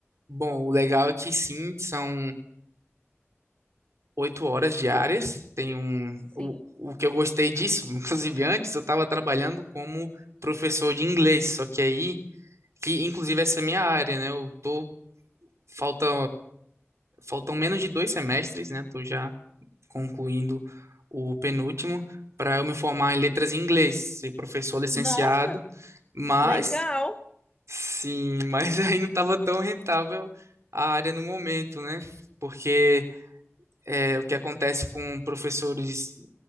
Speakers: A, on the right; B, on the left.
A: Bom, o legal é que sim, são oito horas diárias. Tem um,
B: Sim.
A: o, o que eu gostei disso, <laughs> inclusive antes, eu estava trabalhando como professor de inglês. Só que aí, que inclusive essa é a minha área, né? Eu tô, falta, faltam menos de dois semestres, né? Tô já concluindo o penúltimo, para eu me formar em letras em inglês, ser professor licenciado,
B: Nossa,
A: mas
B: legal.
A: sim, <laughs> mas aí não estava tão rentável a área no momento, né? Porque é, o que acontece com professores